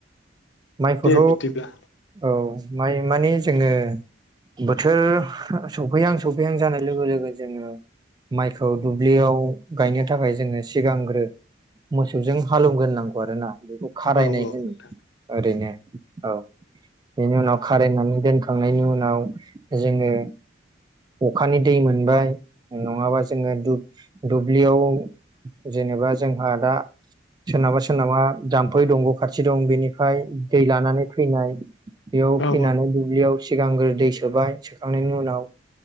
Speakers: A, on the right; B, on the left.
A: माइखौथ
B: दे बिदिब्ला
A: औ माइ माने जोंङो बोथोर सौफैहां-सफैहां जानाय लोगो लोगो जोंङो माइखौ दुब्लियाव गायनो थाखाय जोंङो सिगांग्रो मोसौजों हालौवग्रोनांगौ आरोना बेखौ खारायनाय
B: औ औ
A: होनो
B: नोंथां
A: ओरैनो औ बेनि उनाव खारायनानै दोन खांनायनि उनाव जोंङो अखानि दै मोनबाय नङाबा जोंङो दुब-दुब्लियाव जेनेबा जों दा सोरनाबा-सोरनाबा जाम फै दंग खा खाथि दं बेनिफ्राय दै लानानै फैनाय बेयाव
B: औ
A: फैनानै दुब्लियाव सिगांग्रो दै सोबाय सोखांनायनि उनाव